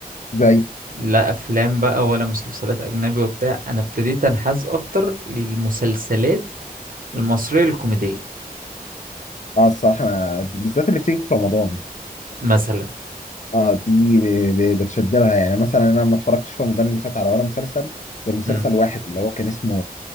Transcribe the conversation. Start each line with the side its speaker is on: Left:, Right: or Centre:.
Left: زي
Right: لا افلام بقى ولا مسلسلات اجنبي وبتاع انا ابتديت انحاز اكتر للمسلسلات المصرية الكوميدية
Left: اه الصراحه انا بالذات اللي بتيجي في رمضان
Right: مثلا
Left: اه دي ب- ب- بتشد لها يعني مثلا انا ما اتفرجتش في رمضان اللي فات على ولا مسلسل غير مسلسل
Right: امم
Left: واحد اللي هو كان اسمه